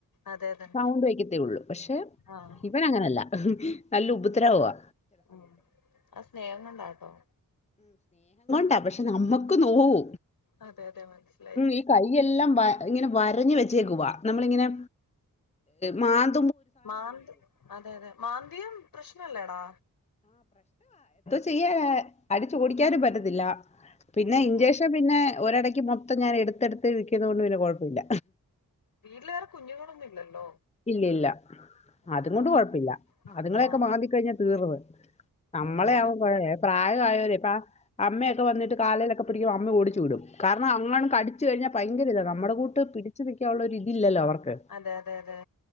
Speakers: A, on the left; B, on the left.
A: അതെ അതെ
B: സൗണ്ട് വയ്ക്കത്തേ ഉള്ളൂ പക്ഷെ
A: ആഹ്
B: ഇവൻ അങ്ങനെയല്ല നല്ല ഉബദ്രവവാ
A: ഉം ആ സ്നേഹങ്ങണ്ടാട്ടോ
B: അ പക്ഷെ നമ്മക് ക് നോവു
A: അതെ അതെ മനസ്സിലായി
B: ഈ കയെല്ലാം ഇങ്ങനെ വരഞ്ഞു വെച്ചേക്ക് വ നമ്മളിങ്ങനെ മാന്
A: മാന്തി അതെ അതെ മാന്തിയും പ്രശ്നല്ലേടാ
B: ചെയ്യ അടിച്ചു ഓടിക്കാനും പറ്റത്തില്ല പിന്നെ
A: അതെ
B: ഇൻചേഷൻ
A: അതെ
B: പിന്നെ ഒരിടയ്ക്ക് മൊത്തം ഞാൻ എടുത്ത്ടുത്ത് ഇരിക്കുന്ന കൊണ്ട് പിന്നെ കുഴപ്പ ഇല്ല
A: വീട്ടില് വേറെ കുഞ്ഞുങ്ങളൊന്നും ഇല്ലല്ലോ
B: ഇല്ലെല്ല
A: അതുകൊണ്ട്
B: അതും കൊണ്ട്
A: കൊഴപ്പ
B: കുഴപ്പല്ല അതുങ്ങളെയൊക്കെ
A: ആഹ്
B: മാന്തി കഴിഞ്ഞാ തീർന്ന് നമ്മളെ
A: അതെ
B: ആവുമ പ്രായായവരെ പ അമ്മയൊ പ്പ വന്നിട്ട് കാലേലൊക്കെ പിടികുവ അന്ന് ഓടി ത് വിടും കാരണം അങ്ങനും കടിച്ചു കഴിഞ്ഞാ ഭയങ്കര ഇത നമ്മുടെ കൂട് ത് പിടിച്ചു നൽക്കാനുള്ളരിതില്ലല്ലോ അവർക്ക്
A: അതെ അതെ അതെ